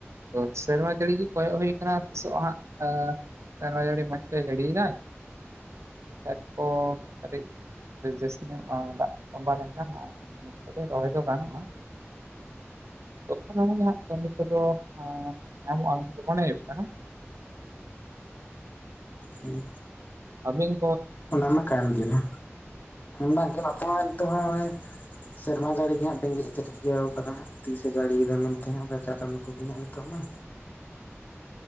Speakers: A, on the right; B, on the left.
A: ᱛᱚ ᱥᱮᱨᱢᱟ ᱡᱟᱹᱲᱤ ᱜᱮ ᱠᱚᱭᱚᱜ ᱦᱩᱭ ᱟᱠᱟᱱᱟ ᱛᱤᱥᱚᱜ ᱦᱟᱸᱜ, ᱟᱸᱻ ᱥᱮᱨᱢᱟ ᱡᱟᱹᱲᱤ ᱢᱚᱡ ᱛᱮ ᱡᱟ. ᱲᱤᱭᱮᱫᱟᱭ, ᱪᱮᱫ ᱠᱚ ᱠᱟᱹᱴᱤᱡ ᱡᱟᱹᱥᱛᱤ ᱧᱚᱜ-ᱝ ᱫᱟᱜ ᱛᱚᱢᱵᱟ ᱞᱮᱱᱠᱷᱟᱱ ᱛᱚᱵᱮ ᱨᱚᱦᱚᱭ ᱫᱚ ᱜᱟᱱᱜᱼᱟ ᱛᱚᱠᱷᱚᱱ ᱟᱱᱤᱜ ᱢᱟᱦᱟ ᱠᱟᱹᱢᱤ ᱠᱚᱫᱚ ᱦᱮᱸ, ᱧᱟᱢᱚᱼᱟ ᱚᱱᱠᱟ ᱢᱚᱱᱮ ᱦᱩᱭᱩᱜ ᱠᱟᱱᱟ᱾
B: ᱦᱩᱸ᱾
A: ᱟᱵᱤᱧ
B: ᱚᱱᱟ ᱢᱟ ᱠᱟᱱ ᱜᱮᱭᱟ, ᱵᱟᱝᱜᱮ ᱵᱟᱯᱞᱟ ᱱᱤᱛᱚᱜ ᱦᱚᱸ ᱥᱮᱨᱢᱟ ᱡᱟᱹᱲᱤ ᱜᱮ ᱦᱟᱸᱜ ᱰᱤᱸᱜᱽᱭᱟ ᱤᱭᱟᱹᱣ ᱟᱠᱟᱫᱟᱭ ᱦᱟᱸᱜ ᱛᱤᱥᱮ ᱡᱟᱹᱲᱤᱭᱮᱫᱟ ᱢᱮᱱᱛᱮ ᱚᱱᱠᱟ ᱪᱟ ᱠᱟᱹᱢᱤ ᱠᱚᱜᱮ ᱦᱟᱸᱜ ᱱᱤᱛᱚᱜ ᱢᱟ᱾